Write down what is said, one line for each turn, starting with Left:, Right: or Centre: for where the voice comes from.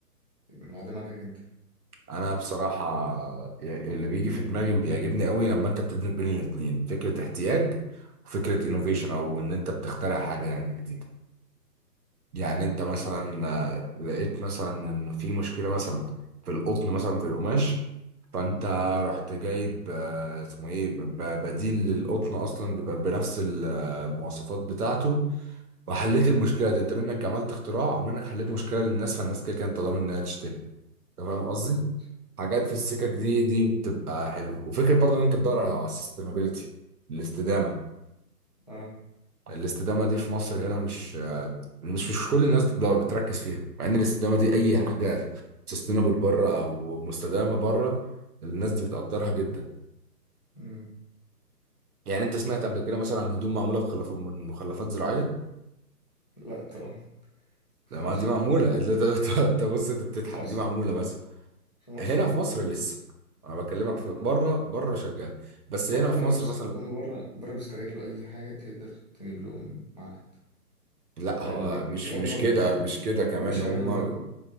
Left: مع دماغك انت
Right: انا بصراحه ي- اللي بيجي في دماغي وبيعجبني قوي لما انت بتدمج بين الاثنين فكره احتياج وفكره
Left: أمم.
Right: انوفيشن او ان انت بتخترع حاجه يعني يعني انت مثلا آه، لقيت مثلا ان في مشكله مثلا في القطن مثلا في القماش فانت
Left: أمم.
Right: رحت جايب آه، اسمه ايه ب- بديل للقطن اصلا بيبقى بنفس المواصفات بتاعته وحليت المشكله دي انت منك عملت اختراع ومنك حليت مشكله للناس فالناس كده كده انت ضامن انها تشتري انت فاهم قصدي
Left: بالظبط
Right: حاجات
Left: ايوه
Right: في السكك دي دي بتبقى حلوه وفكره برضو ان انت تدور على السستينابيلتي الاستدامه
Left: اه
Right: الاستدامه دي في مصر هنا مش مش مش كل الناس بتدور- بتركز فيها مع ان الاستدامه دي اي حاجه سستينابل بره او مستدامه بره الناس دي بتقدرها جدا
Left: أمم.
Right: يعني انت سمعت قبل كده مثلا عن هدوم معموله بخلف... من مخلفات زراعيه
Left: لا طبعا مفيش
Right: لا، ما دي
Left: الكلام
Right: معموله <laughs> انت انت- انت بص انت بتضحك
Left: في مصر
Right: دي معموله بس
Left: في مصر
Right: هنا في مصر لسه انا بكلمك
Left: ما
Right: في بره بره شغال بس هنا
Left: هو بره
Right: في مصر
Left: بص
Right: مثلا
Left: هم بره بره بيستغلوا اي حاجه تقدر تجيب لهم عائد
Right: لا هو
Left: يعني بيشغلوا
Right: مش مش
Left: دماغهم
Right: كده مش كده كمان
Left: هو بيشغلوا
Right: هم
Left: دماغهم